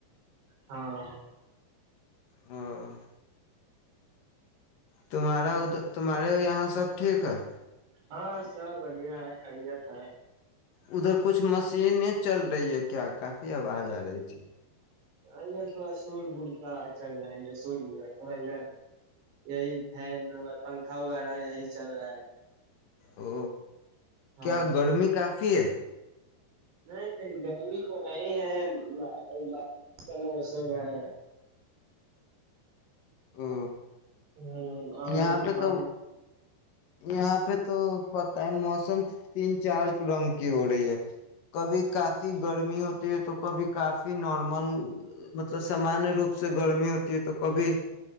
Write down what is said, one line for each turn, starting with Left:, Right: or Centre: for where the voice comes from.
Right: ہاں
Left: ہاں تمہارا ادھر تمہارے یہاں سب ٹھیک ہے؟
Right: ہاں سب بڑھیا ہے خرییات ہے
Left: ادھر کچھ مشین چل رہی ہے کیا؟ کافی آواز آ رہی تھی۔
Right: ہاں ادھر تھوڑا سول بڑتا چل رہا ہےھر سول بڑ رہا ہے تھڑا ادھر یہی فین پنکھا وغیرہ یہی چل رہا ہے
Left: ا
Right: ہاں
Left: کیا گرمی کافی ہے
Right: نہیں نہیں گرمی تو نہیں ہے بارش کا موسم ہے
Left: او
Right: ہ ہوں آ
Left: یہاں
Right: ل
Left: پہ
Right: تھا
Left: تو یہاں پہ تو پت ہے موس موسم تین چار رنگ کی ہو رہی ہے کبھی کافی گڑ ہوتی ہے تو کبھی کافی نارمل مطلب سامانیہ روپ سے گرمی ہوتی ہے تو کبھی